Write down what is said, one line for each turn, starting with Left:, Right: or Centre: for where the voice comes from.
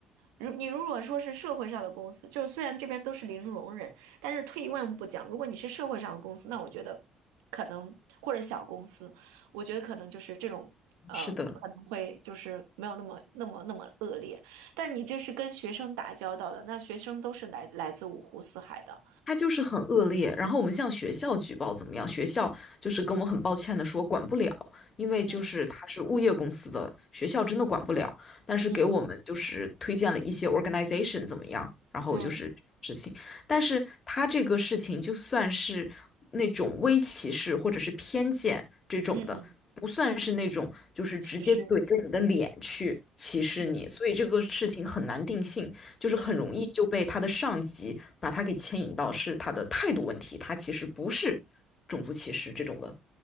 Right: 如你如果说是社会上的公司，就是虽然这边都是零容忍，但是退一万步讲，如果你是社会上的公司，那我觉得可能或者小公司，我觉得可能就是这种呃可能会就是没有那么那么那么恶劣，
Left: 是的，
Right: 但你这是跟学生打交道的，那学生都是来来自五湖四海的。
Left: 他就是很恶劣，然后我们向学校举报怎么样？学校就是跟我很抱歉的说管不了，因为就是他是物业公司的，
Right: 嗯
Left: 学校真的管不了。但是给我们就是推荐了一些
Right: 嗯
Left: organization 怎么样，然后就是这种事情。
Right: 嗯
Left: 但是他这个事情就算是那种微歧视或者是偏见这种的，
Right: 嗯嗯，
Left: 不算是那种就是直接怼着你的脸去歧视你，
Right: 其实嗯
Left: 所以这个事情很难定性。
Right: 嗯
Left: 就是很容易就被他的上级把他给牵引到是他的态度问题，
Right: 嗯。
Left: 他其实不是种族歧视这种的。